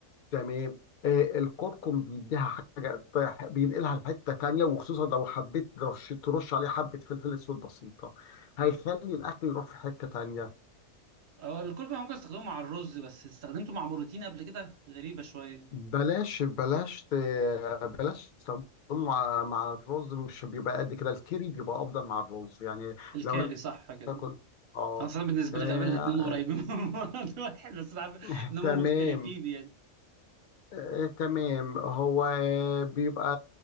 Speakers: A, on the left; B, on the right.
A: تمام آه الكركم بيديها حاجة طيح- بينقلها لحتة تانية وخصوصا لو حبيت رش ترش عليه حبة فلفل أسود بسيطة هيخلي الأكل يروح في حتة تانية
B: أه، الكركم ممكن استخدمه مع الرز بس استخدمته مع بروتين قبل كده غريبه شويه
A: بلاش بلاش ت- بلاش تستخدمه مع مع الرز مش بيبقى قد كده الكيري بيبقى افضل مع الرز يعني
B: الكاري
A: لو انت
B: صح كده
A: تاكل اه
B: خاصة بالنسبة
A: آه،
B: لي غالبا الاتنين قريبين من بعض <laughs> واحد بس أنا عارف
A: <laughs>
B: إن هم
A: تمام
B: مختلفين يعني
A: آه، تمام هو آه، بيبقى